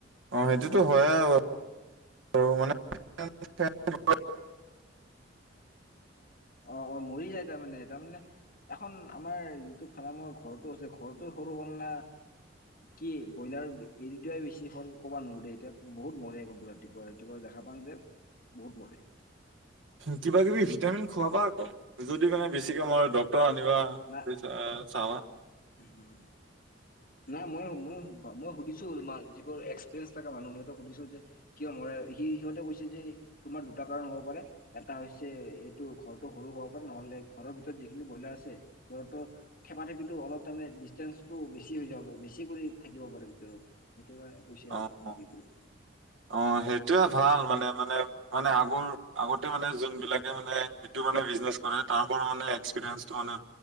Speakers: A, on the right; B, on the left.
A: অ', সেইটোতো হয় <unintelligible> আৰু আৰু মানে <inaudible>
B: অ', অ', মৰি যায় তাৰমানে তাৰমানে এখন আমাৰ যিটো ফাৰামৰ ঘৰটো আছে ঘৰটো সৰু হ'ল না কি ব্ৰইলাৰ এৰি দিয়াই বেছি হ'ল ক'বা নোৱাৰো দে এতিয়া বহুত মৰে কিন্তু ৰাতিপুৱা৷ ৰাতিপুৱা দেখা পাওঁ যে বহুত মৰে৷
A: কিবা কিবি ভিটামিন খুৱাবা আকৌ, যদি মানে বেছিকে মৰে ডক্তৰ আনিবা৷
B: না
A: চা-চাৱা।
B: হুম। নাই ময়ো-ময়ো-মই সুধিছোঁ যিবোৰ এক্সপিৰিয়েঞ্চ থকা মানুহ সিহঁতক সুধিছোঁ যে কিয় মৰে? সি-সিহঁতে কৈছে যে তোমাৰ দুটা কাৰণ হ'ব পাৰে এটা হৈছে এইটো ঘৰটো সৰু হব পাৰে, নহলে ঘৰৰ ভিতৰত যিখিনি ব্ৰইলাৰ আছে সিহঁতৰ থেপা-থেপিটো অলপ তাৰমানে ডিষ্টেন্ঞ্চটো বেছি হৈ যাব পাৰে, বেছি কৰি থাকিব পাৰে ভিতৰত সেইটো কাৰণে কৈছে
A: অ',
B: আৰু ক'ম
A: অ'।
B: কি কৰি?
A: অ, সেইটোয়ে ভাল মানে মানে মানে আগৰ, আগতে মানে যোন বিলাকে মানে সেইটো মানে বিজনেছ কৰে, তাৰ পৰা মানে এক্সপিৰিয়েঞ্চটো মানে